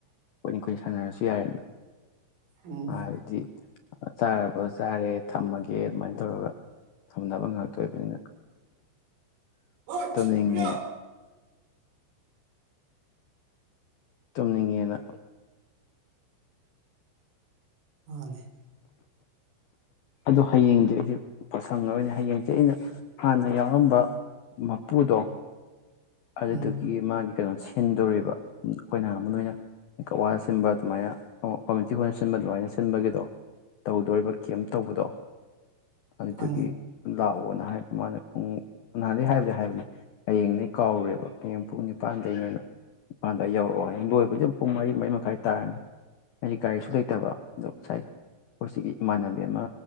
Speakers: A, on the left (about 75°); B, on the right (about 80°).
A: ꯀꯨꯏꯅ ꯀꯨꯏꯅ ꯁꯥꯟꯅꯔꯁꯨ ꯌꯥꯔꯦꯅ
B: ꯎꯝ
A: ꯑꯗꯤ ꯆꯥꯔꯕ ꯆꯥꯔꯦ ꯊꯝꯃꯒꯦ ꯑꯗꯨꯃꯥꯏꯅ ꯇꯧꯔꯒ ꯊꯝꯅꯕ ꯉꯥꯛꯇꯣꯏꯕꯅꯤꯅ
B: ꯍꯣꯏ
A: ꯇꯅꯤꯡꯉꯦ
B: ꯌꯨꯝꯂꯣ
A: ꯆꯨꯝꯅꯤꯡꯉꯦꯅ
B: ꯃꯥꯅꯦ
A: ꯑꯗꯨꯣ ꯍꯌꯦꯡꯗꯤ ꯑꯩꯁꯦ ꯄꯁꯪ ꯑꯣꯏꯅ ꯍꯌꯦꯡꯁꯦ ꯑꯩꯅ ꯍꯥꯟꯅ ꯌꯥꯎꯔꯝꯕ ꯃꯄꯨꯗꯣ ꯑꯗꯨꯗꯒꯤ
B: ꯎꯝ
A: ꯃꯥꯒꯤ ꯀꯩꯅ ꯍꯤꯟꯗꯣꯔꯤꯕ ꯑꯩꯈꯣꯏꯅ ꯑꯃ ꯑꯣꯏꯅ ꯀꯋꯥꯅ ꯁꯤꯟꯕ ꯑꯗꯨꯃꯥꯏꯅ ꯀꯝꯃꯨꯇꯤ ꯍꯣꯜꯅ ꯁꯤꯟꯕ ꯑꯗꯨꯃꯥꯏꯅ ꯁꯤ ꯁꯤꯤꯟꯕꯒꯤꯗꯣ ꯇꯧꯗꯣꯔꯤꯕ ꯀꯦꯝ ꯇꯧꯕꯗꯣ ꯑꯗꯨꯠꯇꯒꯤ
B: ꯈꯪꯉꯤ
A: ꯂꯑꯣ ꯅ ꯍꯥꯏꯕ ꯃꯥꯅ ꯄꯨꯡ ꯅꯍꯥꯟꯗꯩꯩ ꯍꯥꯏꯕꯗꯤ ꯍꯥꯏꯕꯅꯤ ꯍꯌꯦꯡꯅꯤ ꯀꯥꯎꯔꯨꯔꯦꯕ ꯍꯌꯦꯡ ꯄꯨꯡ ꯅꯤꯄꯥꯟ ꯏꯄꯥꯟꯗꯒꯤꯅꯅ ꯅꯤꯄꯥꯟꯗ ꯌꯧꯔꯛꯦ ꯑꯣ ꯍꯌꯦꯡ ꯂꯣꯏꯕꯗꯤ ꯑꯗꯨꯝ ꯄꯨꯡ ꯃꯔꯤ ꯃꯔꯤ ꯃꯈꯥꯏ ꯇꯥꯔꯅꯤ ꯑꯩꯗꯤ ꯒꯥꯔꯤꯁꯨ ꯂꯩꯇꯕ ꯑꯗꯣ ꯉꯁꯥꯏ ꯑꯩꯈꯣꯏ ꯁꯤꯒꯤ ꯏꯃꯥꯟꯅꯕꯤ ꯑꯃ